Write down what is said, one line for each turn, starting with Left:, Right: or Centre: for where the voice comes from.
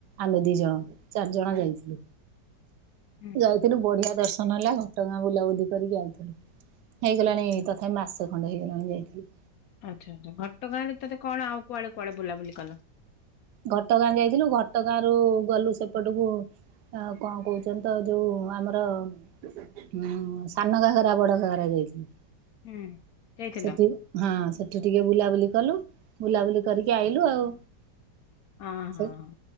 Right: ଆମେ ଦି ଜଣ ଚାରି ଜଣ ଯାଇଥିଲୁ
Left: ହୁଁ
Right: ଯାଉ। ସେରୁ ବଢିଆ ଦର୍ଶନ ହେଲା ଘଟଗାଁ ବୁଲାବୁଲି କରିକି ଯାଇଥିଲୁ ହେଇଗଲାଣି
Left: ଆଚ୍ଛା
Right: ତଥାପି ମାସ। ତଣ୍ଡ ହେଇିଣି ଯାଇଥିଲି।
Left: ଆଚ୍ଛା ଆଚ୍ଛା ଘଟଗାଁରେ ତତେ କଣ ଆଉ କୁଆଡେ କୁଆଡେ ବୁଲାବୁଲି କଲ
Right: ଘଟଗାଁ ଯାଇଥିଲୁ ଘଟଗାଁ ରରୁ ଗଲୁ ସେପଟକୁ। ଆ କଣ କହୁଛନ୍ତି ତ ଯୋଉ ଆମର ହୁଁ ସାନ କାଖରା ବଡରା ଯାଇଥିଲୁ।
Left: ହୁଁ ଯଇଥିଲ।
Right: ସେଠି ହଁ ସେଠି ଟିକେ ବୁଲାବୁଲି କଲୁ ବୁଲାବୁଲି କରିକି ଆଇଲୁ ଆଉ।
Left: ହଁ ହଁ
Right: ସେ
Left: ହଁ